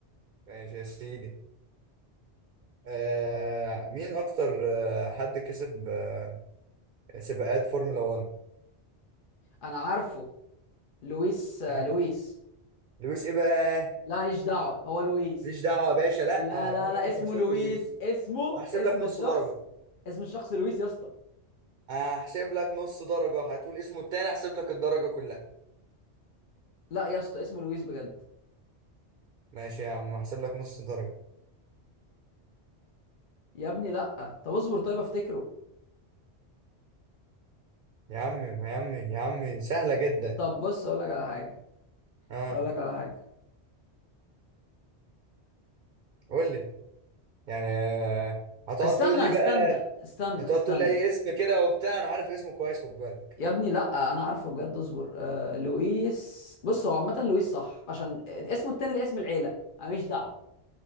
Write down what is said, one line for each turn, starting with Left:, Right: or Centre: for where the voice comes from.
Right: ماشي يا سيدي آه مين أكتر آه حد كسب آه سباقات فورمولا 1
Left: أنا عارفه لويس لويس
Right: ها لويس إيه بقى
Left: لا ماليش دعوة هو لويس
Right: ماليش دعوة يا باشا لأ
Left: لا لا لا
Right: هو مش
Left: اسمه
Right: مشهور
Left: لويس
Right: بلويس
Left: اسمه
Right: هحسب
Left: اسم
Right: لك نص
Left: الشخص
Right: درجة
Left: اسم الشخص لويس يا اسطى
Right: هحسب لك نص درجة هتقول اسمه التاني هحسب لك الدرجة كلها
Left: لا يا اسطى اسمه لويس بجد
Right: ماشي يا عم هحسب لك نص درجة
Left: يا ابني لا طب اصبر طيب افتكره
Right: يا عم يا عم يا عم سهلة جدا
Left: طب بص اقول لك على حاجه
Right: اه
Left: اقول لك على حاجه
Right: قول لي يعني آه، هتقعد
Left: استنى
Right: تقول لي بقى
Left: استنى استنى
Right: هتقعد
Left: استنى
Right: تقول لي اي اسم كده وبتاع انا عارف اسمه كويس خد بالك
Left: يا ابني لا انا عارفه بجد اصبر آه لويس بص هو عامه لويس صح عشان اسمه التاني ده اسم العيله انا ماليش دعوه